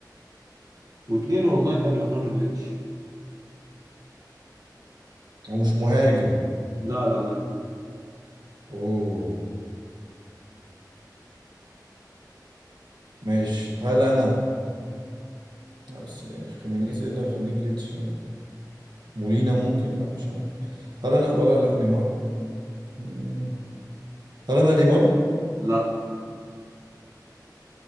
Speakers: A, on the right; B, on the right.
A: واتنين والله كان يعتبر جليتش
B: ومش مهاجم
A: لا لا لا
B: اوه ماشي هل انا بس يعني خيمينيز ايه اللي هيخليه جليتش يعني مولينا ممكن لا مش عارف هل انا ولا لا ليمار مم. هل انا ليمار
A: لا